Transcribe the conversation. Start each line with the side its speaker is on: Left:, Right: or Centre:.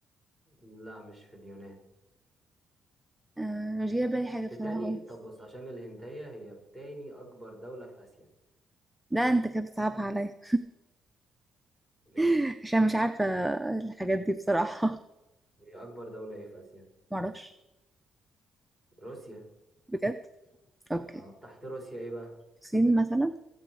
Left: لا مش في اليونان
Centre: أم... مش جاية بالي حاجة
Left: في
Centre: بصراحة
Left: تاني
Centre: خالص
Left: طب بص عشان الهنتاية هي في تاني أكبر دولة في آسيا
Centre: لا انت كده بتصعبها عليا
Left: ليه؟
Centre: <laughs> عشان مش عارفة الحاجات دي بصراحة <laughs>
Left: هي أكبر دولة إيه في آسيا؟
Centre: معرفش
Left: روسيا
Centre: بجد اوكي
Left: اه تحت روسيا إيه بقى؟
Centre: الصين مثلا